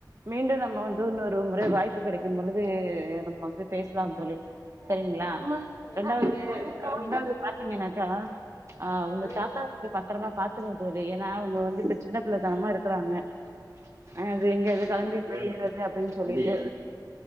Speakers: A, on the right; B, on the left.
A: மீண்டு நம்ம வந் இப்பன்னொரு முறை வாய்ப்பு கிடைக்கும் பொழுது நம்ம வந்து பேசலா தோழி சரிங்ளா
B: சரி
A: ரெண்டாவது
B: ஆ சரிங்க
A: ரெண்டாவது
B: தோழி
A: பாத்தீங்கன்னாக்கா ஆ உங்க
B: ம்
A: தாத்தா வந்து பத்தரமா பாத்துக்கங்க தோழி ஏன்னா அவங்க வந்து இப்ப சின்ன பிள்ளதனமா இருக்கிறாங்க அ அது எங்க அது
B: ம்
A: கெளம்பி
B: ஆமா தோழி
A: போயிறது அப்டின் சொல்லிட்டு